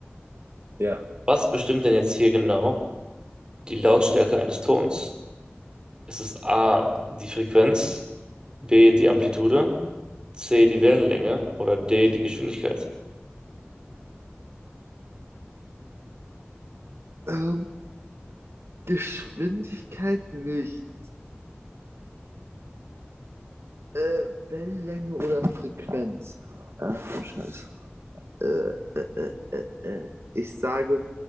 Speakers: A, on the right; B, on the right.
A: ja.
B: Was bestimmt denn jetzt hier genau die Lautstärke eines Tons? Ist es A, die Frequenz, B, die Amplitude? C, die Wellenlänge oder D, die Geschwindigkeit.
A: Ähm, Geschwindigkeit nicht. Äh, Wellenlänge oder Frequenz? Ach du Scheiße. Äh, äh, äh, äh, äh. Ich sage,